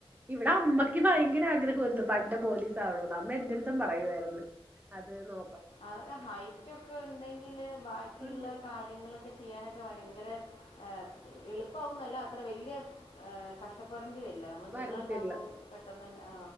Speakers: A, on the right; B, on the left.
A: ഇവിടെ അമ്മക്ക് ഭയങ്കരാ ആഗ്രഹോ എന്തൊ പണ്ട് പോലീസ് ആവണോന്ന് അമ്മ എന്റെറ അട്ത്തും പറയുവായിര്ന്ന് അത് നോ
B: അതൊക്കെ ഹൈറ്റ് ഒക്കെ ഇണ്ടെങ്കില് ബാക്കിയിള്ള
A: ഉണ്ട്
B: കാര്യങ്ങളൊക്കെ ചെയ്യാനൊക്കെ ക്കെ ഭയങ്കരെ എ എളുപ്പവുന്നല്ല അത്ര വല്യ കഷ്ടപ്പെടെണ്ടി വര് ഇല്ല നമ്മൾ
A: വരത്തില്ല
B: നീളണ്ടാവുമ്പം പെട്ടെന്നെന്നെ ആ